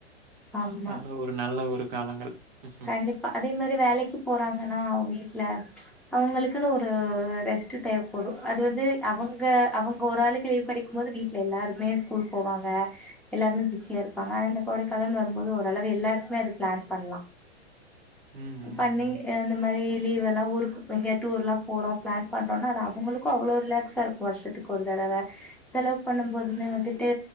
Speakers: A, in the centre; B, on the right.
A: ஆம்மா
B: அதெல்லாம் ஒரு நல்ல ஒரு காலங்கள் ம்ஹ்ம்.
A: கண்டிப்பா அதே மரி வேலைக்கு போறாங்கனா வீட்டுல அவங்களுக்குனு ஒரு ரெஸ்ட் தேவ் போடு அது வந்து அவங்க அவங்க ஒரு ஆளுக்கு லீவ் கடைக்கும் போது வீட்டுல எல்லாருமே ஸ்கூல் போவாங்க எல்லாருமே பிஸியா இருப்பாங்க ஆனா இந்த கோடைக்காலன் வரும் போது ஓரளவு எல்லாருக்குமே அது பிளான் பண்லா
B: ம் ம்,
A: பண்ணி
B: ம்.
A: அந்த மரி லீவெல்லா ஊருக்கு எங்க டூர்லா போறோ பிளான் பண்றோன்னா அது அவுங்ளுக்கு அவ்ளோ ரிலாக்ஸா இருக்கு வஷ்ஷதுக்கு ஒரு தடவ செலவு பண்ணும் போதுமே வந்துட்டு